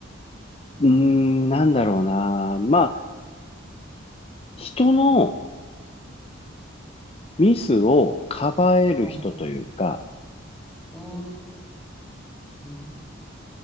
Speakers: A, on the left; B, in the centre.
A: うーん、なんだろうな。まあ人のミスをかばえる人というか、
B: はい。うーん。